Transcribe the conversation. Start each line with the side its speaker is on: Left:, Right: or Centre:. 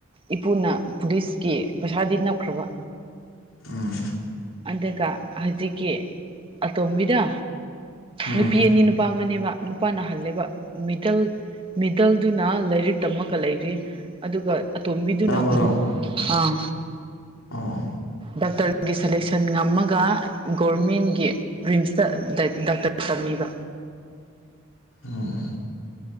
Right: ꯏꯄꯨꯅ ꯄꯨꯂꯤꯁꯀꯤ ꯄꯩꯁꯥꯗꯤ ꯅꯞꯈ꯭ꯔꯕ
Left: ꯎꯝ
Right: ꯑꯗꯨꯒ ꯍꯧꯖꯤꯛꯀꯤ ꯑꯇꯣꯝꯕꯤꯗ
Left: ꯎꯝ
Right: ꯅꯨꯄꯤ ꯑꯅꯤ ꯅꯨꯄꯥ ꯑꯃꯅꯦꯕ ꯅꯨꯄꯥ ꯅꯥꯍꯜꯂꯦꯕ ꯃꯤꯗꯜ ꯃꯤꯗꯜꯗꯨꯅ ꯂꯥꯏꯔꯤꯛ ꯇꯝꯃꯒ ꯂꯩꯔꯤ ꯑꯗꯨꯒ ꯑꯇꯣꯝꯕꯤꯗꯨꯅ
Left: ꯀꯔꯝꯕꯔꯣ
Right: ꯃꯨꯛ ꯑꯥ
Left: ꯑꯥ
Right: ꯗꯣꯛꯇꯔꯒꯤ ꯁꯦꯂꯦꯛꯁꯟ ꯉꯝꯃꯒ ꯒꯣꯔꯃꯦꯟꯒꯤ ꯔꯤꯝꯁꯇꯗꯥ ꯗꯥꯛꯇꯔ ꯇꯝꯃꯤꯕ
Left: ꯎꯝ